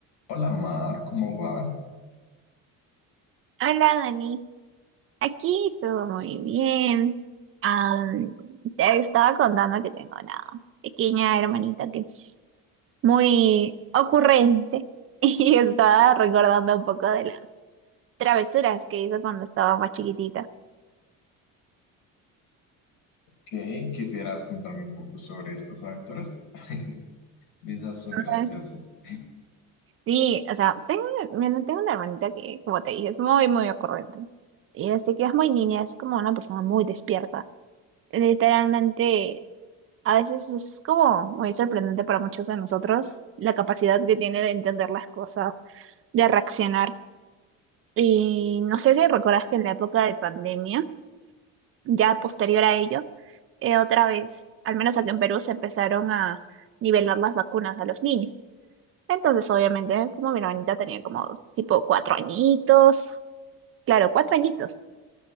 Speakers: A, on the left; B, on the right.
A: Hola Mar, ¿cómo vas?
B: Hola Dani, aquí todo muy bien. Am, te estaba contando que tengo una pequeña hermanita que es muy ocurrente <laughs> y estaba recordando un poco de las travesuras que hizo cuando estaba más chiquitita.
A: ¿Qué quisieras contarme un poco sobre estas aventuras? <laughs> Esas son graciosas.
B: Ay. Sí, o sea, tengo, bueno, tengo una hermanita que, como te dije, es muy, muy ocurrente. Y así que es muy niña, es como una persona muy despierta. Literalmente A veces es como muy sorprendente para muchos de nosotros la capacidad que tiene de entender las cosas, de reaccionar. Y no sé si recuerdas que en la época de pandemia, ya posterior a ello, eh, otra vez, al menos aquí en Perú, se empezaron a nivelar las vacunas a los niños. Entonces, obviamente, como mi hermanita tenía como tipo cuatro añitos, claro, cuatro añitos,